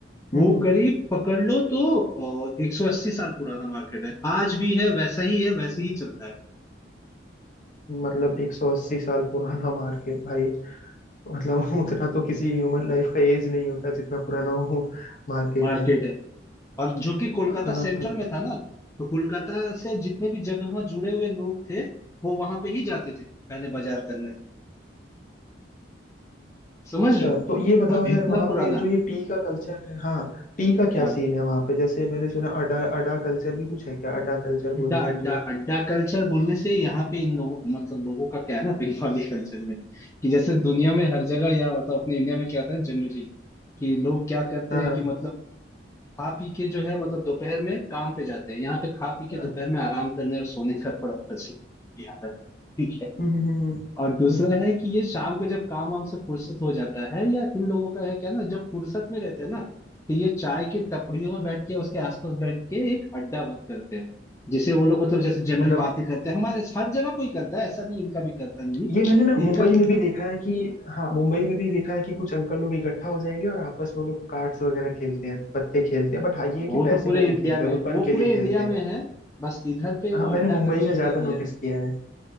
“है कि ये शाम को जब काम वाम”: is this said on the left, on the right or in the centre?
Left